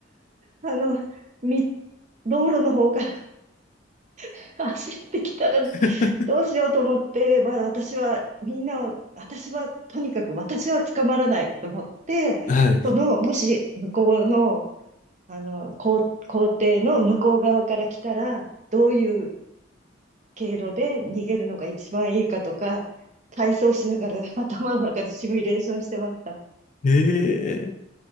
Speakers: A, on the right; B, on the left.
A: あの、み、道路の方から <laughs> お走ってきたら、
B: ー <laughs>
A: どうしようと思って、まだ私は、みんなを、私は、とにかく私は捕まらないと思って、
B: はい。
A: その、もし、向こうの、あの、校、校庭の向こう側から来たら、どういう経路で逃げるのが一番いいかとか、体操しながら <laughs> 頭の中でシミュレーションしてました。
B: ええ